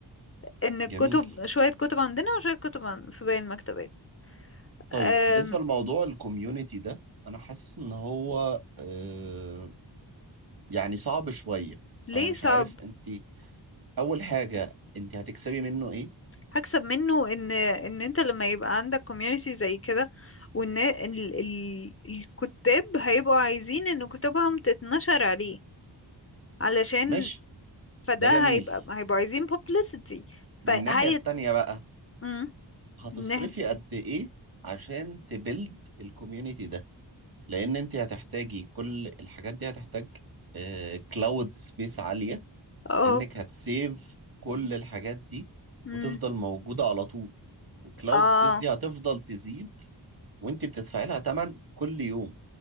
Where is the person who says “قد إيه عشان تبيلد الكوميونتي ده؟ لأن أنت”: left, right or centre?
Right